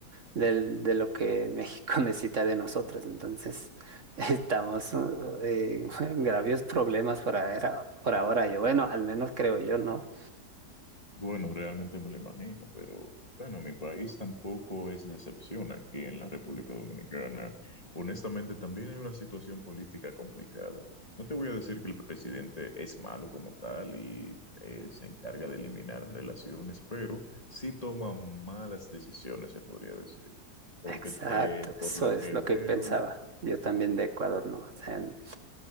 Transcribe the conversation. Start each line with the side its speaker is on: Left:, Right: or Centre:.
Right: del, de lo que México <laughs> necesita de nosotros. Entonces, <laughs> estamos uh, eh, <laughs> en graves problemas por ahora, por ahora, yo, bueno, al menos creo yo, ¿no?
Left: Bueno, realmente me lo imagino, pero bueno, mi país tampoco es la excepción aquí en la República Dominicana. Honestamente, también hay una situación política complicada. No te voy a decir que el presidente es malo como tal y eh, se encarga de eliminar relaciones, pero sí toma malas decisiones, se podría decir. Porque
Right: Exacto,
Left: eh, por
Right: eso
Left: lo
Right: es
Left: que
Right: lo
Left: veo,
Right: que pensaba. Yo también de Ecuador no. O sea, n-